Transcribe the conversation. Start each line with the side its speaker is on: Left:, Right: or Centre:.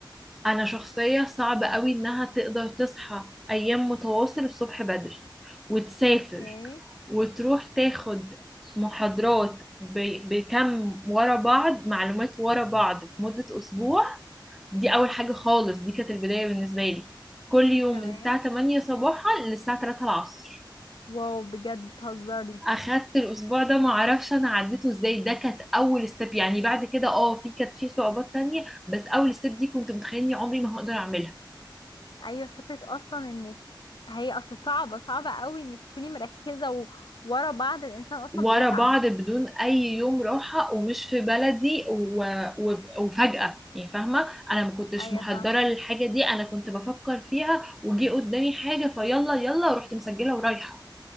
Centre: انا شخصيه صعب قوي انها تقدر تصحى ايام متواصل الصبح بدري وتسافر
Left: اوكي
Centre: وتروح تاخد محاضرات ب- بكم ورا بعض معلومات ورا بعض في مده اسبوع دي اول حاجه خالص دي كانت البدايه بالنسبه لي كل يوم
Left: تمام
Centre: من الساعه 8 صباحا للساعه 3 العصر
Left: واو بجد بتهزري
Centre: اخدت الاسبوع ده ما اعرفش انا عديته ازاي ده كانت اول ستيب يعني بعد كده اه في كانت في صعوبات تانية بس اول ستيب دي كنت متخيله اني عمري ما هقدر اعملها
Left: ايوه فكرة اصلا انك هي اصل صعبة صعبة قوي انك تكوني مركزة و... ورا بعض الانسان اصلا
Centre: ورا
Left: بيتعب
Centre: بعض بدون اي يوم راحه ومش في بلدي و... و... وفجاه يعني فاهمه انا ما كنتش
Left: ايوه
Centre: محضره
Left: فاهم.
Centre: للحاجه دي انا كنت بفكر فيها وجي قدامي حاجه فيلا يلا ورحت مسجله ورايحه